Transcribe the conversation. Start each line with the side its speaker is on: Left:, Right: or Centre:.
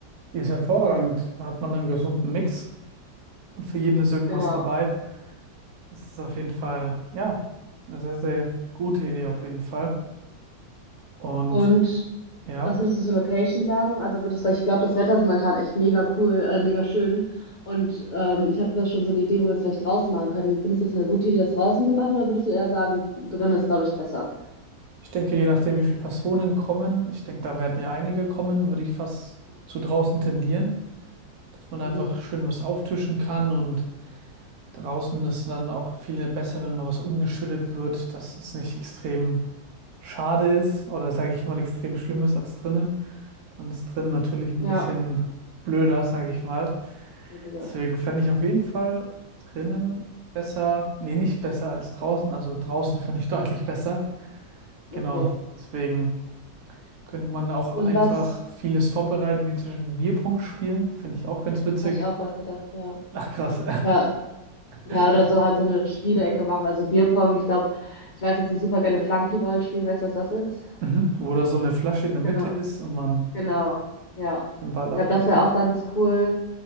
Right: Die ist hervorragend. Da hat man einen gesunden Mix und für jeden ist irgendwas
Left: Genau.
Right: dabei. Das ist auf jeden Fall, ja, eine sehr, sehr gute Idee auf jeden Fall. Und
Left: Und
Right: ja.
Left: was würdest du zur Location sagen? Also würdest, weil ich glaube, das Wetter ist momentan echt mega cool, äh, mega schön. Und ähm, ich habe da schon so eine Idee, wo wir es vielleicht draußen machen können. Findest du es eine gute Idee, das draußen zu machen, oder würdest du eher sagen, drin ist, glaube ich, besser?
Right: Ich denke, je nachdem, wie viele Personen kommen, ich denke, da werden ja einige kommen, würde ich fast zu draußen tendieren, dass man
Left: Mhm.
Right: da einfach schön was auftischen kann und draußen ist dann auch viel besser, wenn mal was umgeschüttet wird, dass es nicht extrem schade ist oder sage ich mal extrem schlimm ist als drinnen. Dann ist drinnen natürlich ein
Left: Ja.
Right: bisschen blöder, sage ich mal.
Left: Weniger.
Right: Deswegen fände ich auf jeden Fall drinnen besser, nee, nicht besser als draußen, also draußen finde ich deutlich besser. Genau,
Left: Okay.
Right: deswegen. Könnte man auch einfach
Left: Und was
Right: vieles vorbereiten, wie zum Beispiel Bierpong spielen. Finde ich auch ganz witzig.
Left: hatte ich auch gerade gedacht, ja.
Right: Ach, krass.
Left: Ja, ja,
Right: <laughs>
Left: oder so halt so eine Spielecke machen, also Bierpong. Ich glaube, ich weiß, dass die super gerne Flunkyball spielen. Weißt du, was das ist?
Right: Mhm. Wo da so eine Flasche in der Mitte
Left: Genau,
Right: ist und man
Left: genau, ja.
Right: den Ball
Left: Ich
Right: abwirft.
Left: glaube, das wäre auch ganz cool.